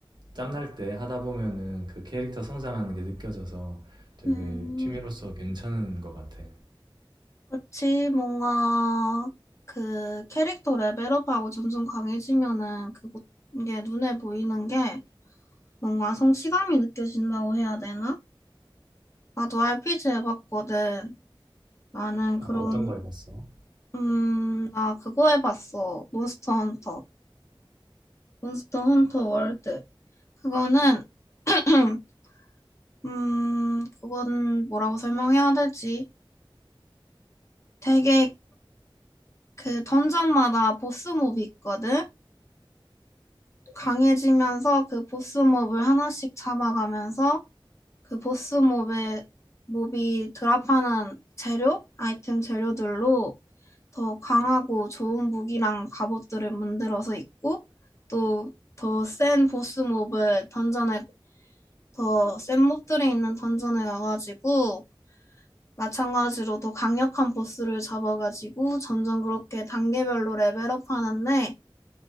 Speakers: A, on the right (about 55°); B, on the left (about 30°).
A: 짬날 때 하다 보면은 그 캐릭터 성장하는 게 느껴져서 되게
B: 음.
A: 취미로서 괜찮은 것 같아.
B: 그렇지. 뭔가, 그, 캐릭터 레벨업하고 점점 강해지면은, 그거, 이게 눈에 보이는 게, 뭔가 성취감이 느껴진다고 해야 되나? 나도 RPG 해봤거든. 나는
A: 아,
B: 그런
A: 어떤 거 해봤어?
B: 음, 나 그거 해봤어. 몬스터 헌터. 몬스터 헌터 월드. 그거는, <clears throat> 음, 그건 뭐라고 설명해야 될지. 되게 그 던전마다 보스몹이 있거든? 강해지면서 그 보스몹을 하나씩 잡아가면서 그 보스 몹의 몹이 드랍하는 재료, 아이템 재료들로 더 강하고 좋은 무기랑 갑옷들을 만들어서 입고 또 더 센 보스 몹을 던전에 더 센 몹들이 있는 던전에 가가지고 마찬가지로 더 강력한 보스를 잡아가지고 점점 그렇게 단계별로 레벨업 하는데